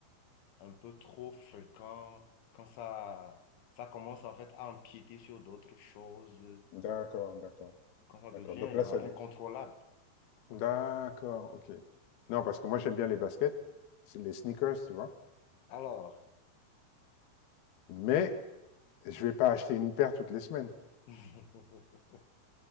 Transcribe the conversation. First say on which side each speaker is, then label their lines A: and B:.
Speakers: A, on the left; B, on the left.
A: un peu trop fréquent, quand ça, ça commence en fait à empiéter sur d'autres choses,
B: d'accord, d'accord,
A: quand ça devient
B: d'accord. Donc là,
A: voilà,
B: ça...
A: incontrôlable.
B: D'accord, ok. Non, parce que moi, j'aime bien les baskets, c'est les sneakers, tu vois.
A: Alors,
B: Mais je vais pas acheter une paire toutes les semaines.
A: <laughs>